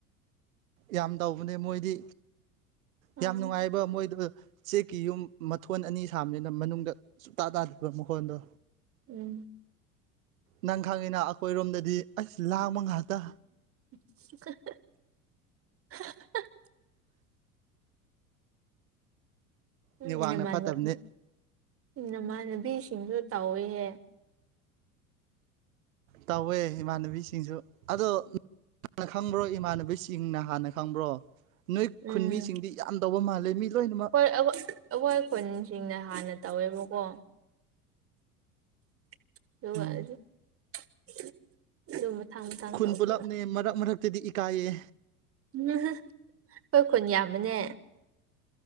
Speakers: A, on the right (about 65°); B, on the right (about 30°).
A: ꯌꯥꯝ ꯇꯧꯕꯅꯦ ꯃꯣꯏꯗꯤ
B: ꯎꯝ
A: ꯌꯥꯝ ꯅꯨꯡꯉꯥꯏꯕ ꯃꯣꯏꯗ ꯆꯦꯛꯀꯤ ꯌꯨꯝ ꯃꯊꯣꯟ ꯑꯅꯤ ꯁꯥꯕꯅꯤꯅ ꯃꯅꯨꯡꯗ ꯁꯨꯇꯥ ꯇꯥꯗꯕ ꯃꯈꯣꯟꯗꯣ
B: ꯎꯝ
A: ꯅꯪ ꯈꯪꯉꯤꯅ ꯑꯩꯈꯣꯏꯔꯣꯝꯗꯗꯤ ꯑꯁ ꯂꯥꯡꯃ ꯉꯥꯛꯇ
B: <inaudible> ꯎꯝ
A: ꯅꯦꯠꯋꯥꯛꯅ
B: ꯏ ꯅꯃꯥꯟꯅ
A: ꯐꯠꯇꯕꯅꯤ
B: ꯅꯃꯥꯟꯅꯕꯤꯁꯤꯡꯁꯨ ꯇꯧꯏꯤꯍꯦ
A: ꯇꯧꯋꯦ ꯏꯃꯥꯟꯅꯕꯤꯁꯤꯡꯁꯨ ꯑꯗꯣꯅ ꯈꯪꯕ꯭ꯔꯣ ꯏꯃꯥꯟꯅꯕꯁꯤꯡꯅ ꯍꯥꯟꯅ ꯈꯪꯕ꯭ꯔꯣ ꯅꯣꯏ
B: ꯎꯝ
A: ꯈꯨꯟꯃꯤꯁꯤꯡꯗꯤ ꯌꯥꯝ ꯇꯧꯕ ꯃꯥꯜꯂꯦ ꯃꯤ ꯂꯣꯏꯅꯃꯛ
B: ꯍꯣꯏ ꯑꯩꯈꯣꯏ ꯈꯨꯟꯁꯤꯡꯅ ꯍꯥꯟꯅ ꯇꯧꯋꯦꯕꯀꯣ <unintelligible>
A: ꯎꯝ
B: ꯊꯥꯡ ꯊꯥꯡ
A: ꯈꯨꯟ
B: ꯇꯧꯕꯦꯔ
A: ꯄꯨꯂꯞꯅꯦ ꯃꯔꯛ ꯃꯔꯛꯇꯗꯤ ꯏꯀꯥꯏꯌꯦ
B: ꯎꯝ ꯍꯣꯏ ꯀꯣ ꯌꯥꯝꯕꯅꯦ